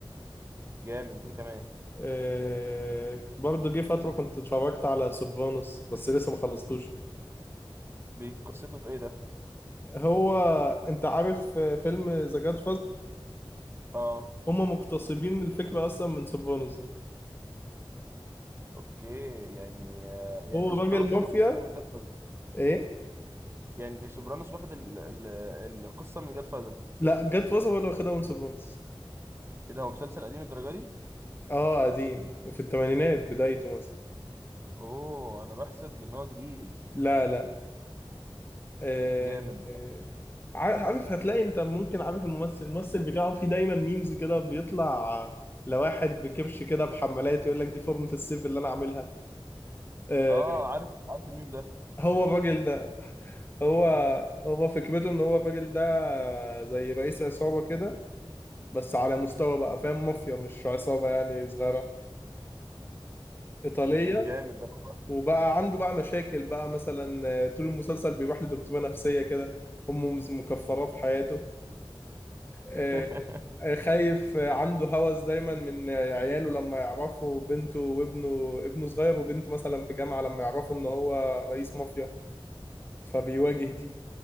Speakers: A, on the right (about 25°); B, on the left (about 25°).
A: جامد ايه كمان
B: آه برضه جه فترة كنت اتفرجت على سوبرانوس بس لسه ما خلصتوش
A: بي- قصته ايه ده
B: هو انت عارف آه، فيلم ذا جاد
A: اه
B: هم مقتصبين الفكرة أصلا من سيفانوس ده
A: اوكي يعني آه، يعني
B: هو
A: سوبرانوس
B: راجل مافيا
A: واخد حتة من ده
B: إيه؟
A: يعني سوبرانوس واخد ال... ال... القصه من جاد فاذر
B: لا جت فترة ولا واخدها من سيفانوس
A: ايه ده هو مسلسل قديم الدرجه دي
B: آه قديم في الثمانينات بدايته مثلا
A: اوه انا بحسب ان هو جديد
B: لا لا آه
A: جامد
B: آه عارف عارف هتلاقي أنت ممكن عارف الممثل الممثل بتاعه في دايما ميمز كده بيطلع لواحد بكبش كده بحمالات يقول لك دي فورمة السيف اللي أنا عاملها آه
A: اه عارف عارف الميم ده
B: هو الراجل ده هو هو فكرته إن هو الراجل ده زي رئيس عصابة كده بس على مستوى بقى فاهم مافيا مش عصابة يعني صغيرة إيطالية
A: مم، جامد ده والله.
B: وبقى عنده بقى مشاكل بقى مثلا آه، طول المسلسل بيروح لدكتورة نفسية كده أمه مز- مكفراه في حياته آه،
A: <laughs>
B: آه، خايف آه، عنده هوس دايما من آه، عياله لما يعرفوا بنته وابنه ابنه صغير وبنته مثلا في جامعة لما يعرفوا إن هو رئيس مافيا فبيواجه دي